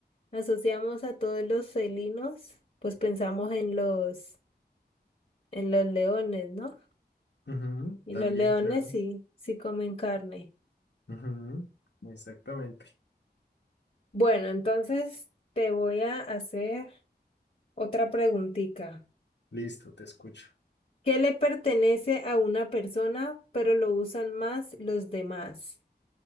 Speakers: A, on the left; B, on the left.
A: asociamos a todos los felinos, pues pensamos en los, en los leones, ¿no?
B: Ujú,
A: Y
B: También,
A: los leones
B: claro.
A: sí, sí comen carne.
B: Ujú, Exactamente.
A: Bueno, entonces te voy a hacer otra preguntita.
B: Listo, te escucho.
A: que le pertenece a una persona, pero lo usan más los demás.